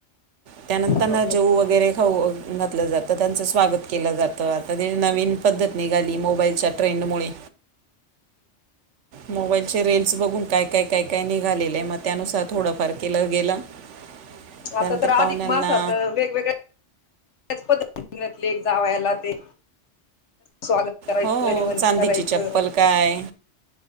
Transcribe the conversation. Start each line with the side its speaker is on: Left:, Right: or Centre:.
Right: त्यानंतर
Left: हो
Right: ना
Left: हो.
Right: जेव वगैरे खाऊ घातलं जातं त्यांचं स्वागत केलं जातं, आता ते नवीन पद्धत निघाली मोबाईलच्या ट्रेंडमुळे. मोबाईलचे रील्स बघून काय काय काय काय निघालेले आहे मग त्यानुसार थोडंफार केलं गेलं. <unintelligible>
Left: आता तर अधिक
Right: पाहुण्यांना
Left: मासात वेगवेगळ्या <unintelligible> पद्धतीतले एक जावयाला ते स्वागत करायचं,
Right: हो
Left: जेवण
Right: चांदीची
Left: करायचं.
Right: चप्पल काय